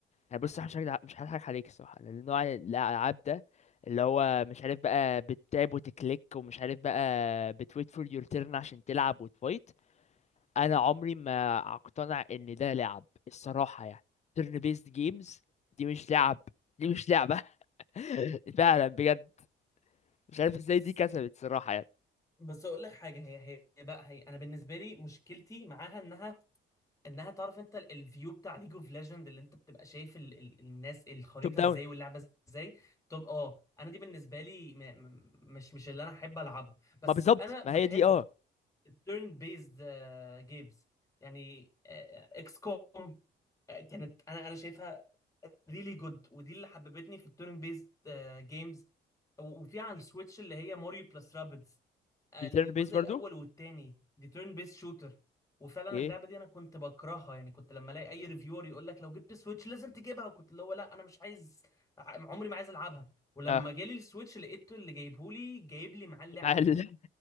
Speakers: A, on the left; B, on the left.
A: انا بص أنا مش هكدب- مش هضحك عليك الصراحه لان نوع الالعاب ده اللي هو مش عارف بقى بتتاب وتكليك ومش عارف بقى بتويت فور يور تيرن عشان تلعب وتفايت انا عمري ما اقتنع ان ده لعب الصراحه يعني تيرن بيست جيمز دي مش لعب دي مش لعبة <laughs> فعلا بجد مش عارف ازاي
B: بس
A: دي كسبت صراحة يعني
B: بس اقول لك حاجه هي هي بقى هي انا بالنسبه لي مشكلتي معاها انها انها تعرف انت ال- الفيو بتاع ليج اوف ليجند اللي انت بتبقى شايف ال ال الناس الخريطه
A: توب داون
B: ازاي واللعبه ازاي طب اه انا دي بالنسبه لي م م مش مش اللي انا احب العبه بس
A: ما بالظبط
B: انا
A: ما
B: بحب
A: هي دي اه
B: التيرن بيزد جيمز يعني اكس كوم كانت انا انا شايفها ريلي جود ودي اللي حببتني في التيرن بيزد جيمز وفي على السويتش اللي هي ماريو بلس رابيدز الجزء
A: دي بتيرن بيس برضو
B: الاول والتاني دي تيرن بيز شوتر وفعلا
A: ايه
B: اللعبه دي انا كنت بكرهها يعني كنت لما الاقي اي ريفيور يقول لك لو جبت سويتش لازم تجيبها وكنت اللي هو لا انا مش عايز عمري ما عايز العبها ولما
A: اه
B: جالي السويتش لقيته اللي جايبهولي جايب لي معاه اللعبه
A: مع
B: دي
A: ال...